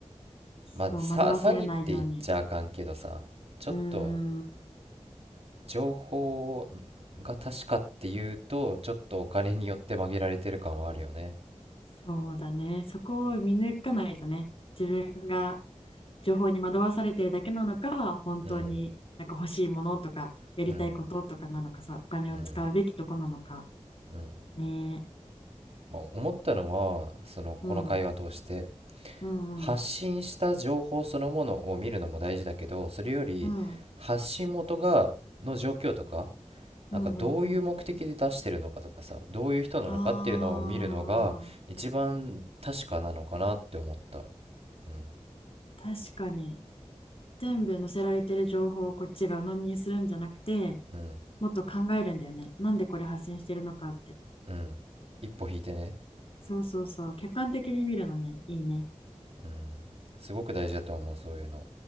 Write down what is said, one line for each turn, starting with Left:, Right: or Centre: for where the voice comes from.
Left: そう、
Right: まあ、さ、
Left: 惑わされないように。
Right: 詐欺って言っちゃあかんけどさ、ちょっと
Left: うーん、
Right: 情報が確かっていうと、ちょっとお金によって曲げられてる感はあるよね。
Left: そうだね。そこを見抜かないとね、自分が情報に惑わされてるだけなのか、本当になんか欲しいものとか、
Right: うん、
Left: やりたいこととかなのかさ、
Right: うん。
Left: お金を使うべきとこなのか。
Right: うんうん
Left: ねえ。
Right: まあ、思ったのはそのこの会話通して
Left: うん、うん、
Right: 発信した情報そのものを見るのも大事だけどそれより発信元がの状況とか
Left: うん、うん、
Right: なんかどういう目的で出してるのかとかさどういう人なのかっていうのを見るのが一番確かなのかなって思った
Left: うん、うんうん。あ
Right: うん
Left: ー、確かに。全部載せられてる情報をこっちが鵜呑みにするんじゃなくて、
Right: うん
Left: もっと考えるんだよね。なんでこれ発信してるのかって。
Right: うん一歩引いてね
Left: そうそうそう。客観的に見るのね。いいね。
Right: うんすごく大事だと思うそういうの